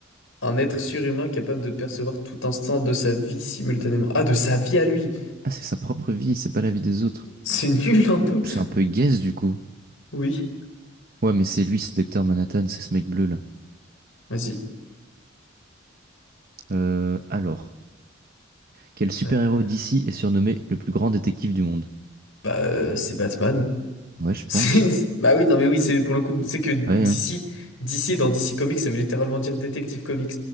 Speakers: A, on the left; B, on the right.
A: Un être surhumain capable de percevoir tout instant de sa vie simultanément. Ah, de sa vie à lui!
B: Ah, c'est sa propre vie, c'est pas la vie des autres.
A: C'est nul un peu!
B: C'est un peu guess du coup.
A: Oui.
B: Ouais, mais c'est lui, c'est Docteur Manhattan, c'est ce mec bleu là.
A: Vas-y.
B: Euh, alors. Quel super-héros
A: Ouais.
B: d'ici est surnommé le plus grand détective du monde?
A: Bah, euh, c'est Batman. <laughs>
B: Ouais, je pense.
A: C'est- Bah oui, non, mais oui, c'est pour le coup, c'est que DC,
B: Ouais, hein.
A: DC dans DC Comics, ça veut littéralement dire Détective Comics.